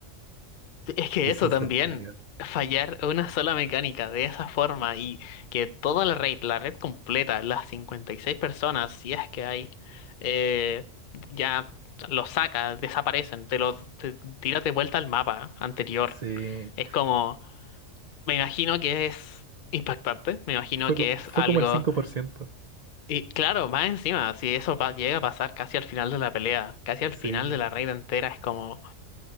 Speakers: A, on the left; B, on the right.
A: Es que
B: Y es
A: eso
B: instantáneo.
A: también, fallar una sola mecánica de esa forma y que toda la red, la red completa, las 56 personas, si es que hay, eh, ya los saca, desaparecen, te los te, tira de vuelta al mapa anterior.
B: Sí.
A: Es como, me imagino que es impactante, me imagino
B: Fue,
A: que
B: co-
A: es
B: fue
A: algo...
B: como el cinco por ciento
A: Y claro, más encima, si eso pa- llega a pasar casi al final de la pelea, casi al
B: Sí.
A: final de la raid entera, es como,